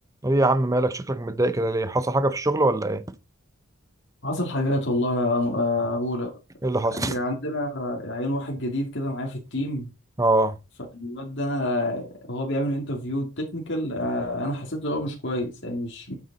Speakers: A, on the right (about 15°); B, on the left (about 55°).
A: ايه يا عم مالك شكلك متضايق كده ليه حصل حاجه في الشغل ولا ايه
B: حصل حاجات والله يا أم- يا أبولا
A: ايه اللي حصل
B: يعني عندنا عين واحد جديد كده معايا في التيم
A: اه
B: فالواد ده هو بيعمل انترفيو تكنيكال أنا حسيت إن هو مش كويس يعني مش